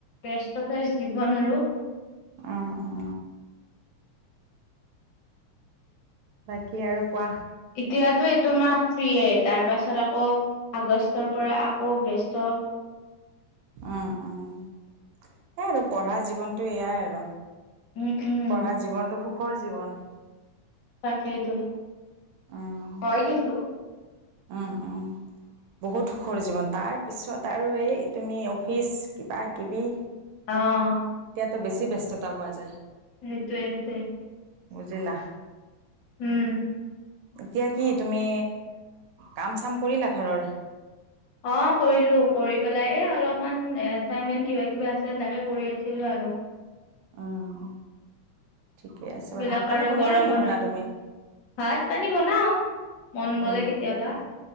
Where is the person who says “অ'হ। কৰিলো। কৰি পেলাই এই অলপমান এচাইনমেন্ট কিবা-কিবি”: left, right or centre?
Left